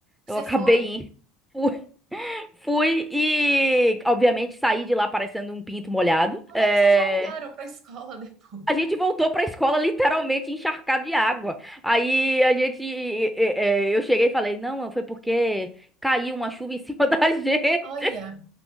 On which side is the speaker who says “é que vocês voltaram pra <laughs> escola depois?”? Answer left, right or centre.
Right